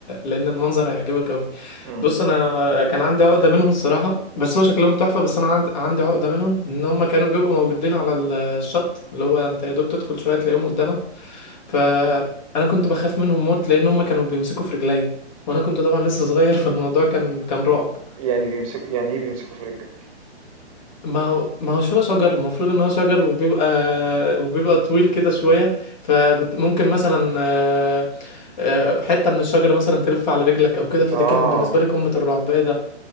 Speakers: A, on the left; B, on the right.
A: لان المنظر هيعجبك قوي
B: امم
A: بص انا كان عندي عقده منهم الصراحه بس هو شكلهم تحفه بس انا عند- عندي عقده منهم ان هم كانوا بيبقوا موجودين على ال- الشط اللي هو انت يا دوب تدخل شويه تلاقيهم قدامك فانا كنت بخاف منهم موت لان هم كانوا بيمسكوا في رجلي وانا كنت طبعا لسه صغير <laughs> فالموضوع كان كان رعب
B: يعني بيمسكوا يعني ايه بيمسكوا في رجلك
A: ما هو ما هوش هو شجر المفروض ان هو شجر وبيبقى وبيبقى طويل كده شويه فممكن مثلا آه، آه، حته من الشجره مثلا تلف على رجلك او كده فدي
B: اه
A: كانت بالنسبه لي قمه الرعب ايه ده